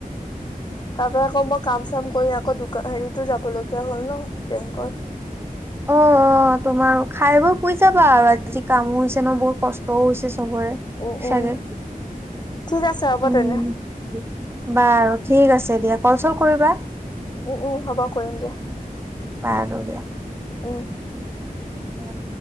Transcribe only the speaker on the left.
তাৰ পৰা আকৌ মই কাম চাম কৰি আকৌ দোকা হেৰিতো যাব লগীয়া হল ন বেংকত
উম
উম ঠিক আছে হ'ব
তেনে
উম উম হ'ব কৰিম দিয়া
উম